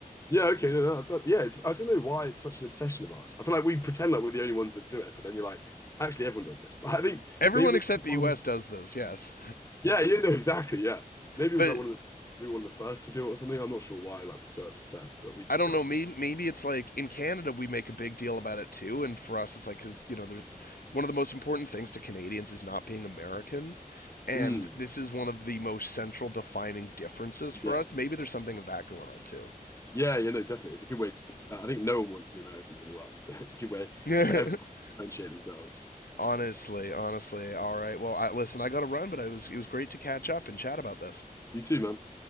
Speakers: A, on the left; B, on the left.
A: Yeah. Okay. No, that, that- yeah. It's, I don't know why it's such an obsession of ours. I feel like we pretend like we're the only ones that do it, but then you're like, actually, everyone does this. <laughs> I think
B: Everyone
A: maybe
B: except the
A: one
B: U.S.
A: of the,
B: does this, yes.
A: yeah, you know, exactly. Yeah. Maybe it
B: But
A: was like one of the, we were one of the first to do it or something. I'm not sure why, like, we're so obsessed, but we just
B: I don't
A: are.
B: know. Maybe maybe it's like in Canada we make a big deal about it too, and for us it's like because you know there's one of the most important things to Canadians is not being Americans, and
A: Mm,
B: this is one of the most central defining differences for
A: yes.
B: us. Maybe there's something of that going on too.
A: Yeah. Yeah. No, definitely. It's a good way to start. I think no one wants to be Americans in the world. <laughs> So it's a good way
B: <laughs>
A: for everyone to differentiate themselves.
B: honestly, honestly. All right. Well, I, listen, I got to run, but it was it was great to catch up and chat about this.
A: You too, man.